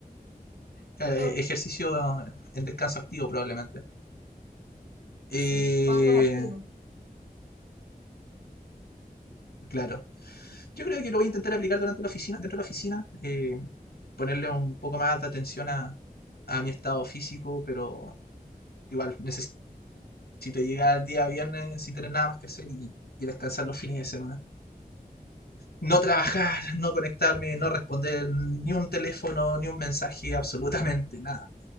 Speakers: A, on the left; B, on the right.
A: Claro,
B: Todo,
A: eh, ejercicio en descanso activo probablemente. Eh,
B: sí, pausas activas.
A: claro. Yo creo que lo voy a intentar aplicar durante la oficina, dentro de la oficina, eh, ponerle un poco más de atención a, a mi estado físico, pero igual necesito llegar al día viernes sin tener nada más que hacer y, y descansar los fines de semana. No trabajar, no conectarme, no responder ni un teléfono, ni un mensaje, absolutamente nada.